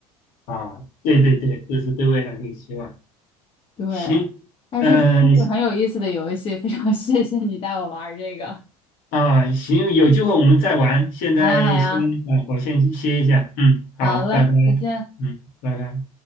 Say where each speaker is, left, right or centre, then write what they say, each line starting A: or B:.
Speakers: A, on the left; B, on the left.
A: 啊！对对对，这是对未来的一个期望。
B: 对，
A: 行，
B: 哎，
A: 嗯、
B: 这真是很有意思的游戏，非常 <laughs> 谢谢你带我玩儿这个。
A: 啊行，有机会我们再玩。现在先，
B: 好呀，好呀，
A: 啊我先去歇一下。嗯，好，
B: 好嘞，
A: 拜拜。
B: 再见。
A: 嗯，拜拜。